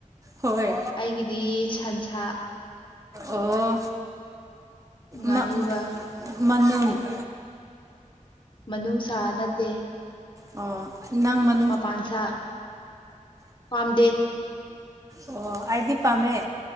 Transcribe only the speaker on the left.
ꯑꯩꯒꯤꯗꯤ ꯁꯟꯁꯥ
ꯉꯥꯅꯨꯒ
ꯃꯅꯨꯡꯁꯥ ꯅꯠꯇꯦ
ꯃꯄꯥꯟ ꯁꯥ ꯄꯥꯝꯗꯦ